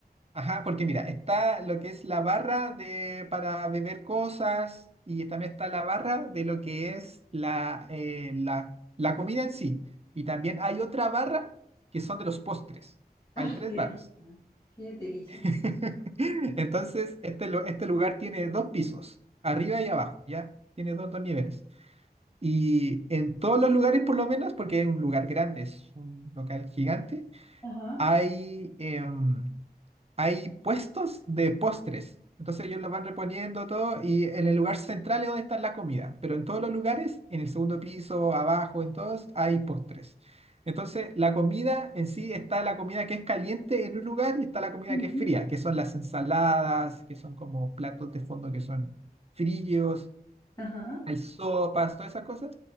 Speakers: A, on the right; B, on the left.
A: Ajá, porque mira, está lo que es la barra de, para beber cosas y también está la barra de lo que es la, eh, la, la comida en sí. Y también hay otra barra que son de los postres.
B: Ay,
A: Hay tres
B: qué
A: barras.
B: delicia. Qué delicia.
A: <laughs> Entonces, este, lu- este lugar tiene dos pisos, arriba y abajo, ¿ya? Tiene dos, dos niveles. Y en todos los lugares, por lo menos, porque es un lugar grande, es un local gigante,
B: Ajá.
A: hay, em, hay puestos de postres. Entonces ellos lo van reponiendo todo y en el lugar central es donde está la comida, pero en todos los lugares, en el segundo piso, abajo, en todos, hay postres. Entonces la comida en sí está la comida que es caliente en un lugar y está la comida
B: Ujú.
A: que es fría, que son las ensaladas, que son como platos de fondo que son fríos
B: Ajá.
A: hay sopas, todas esas cosas.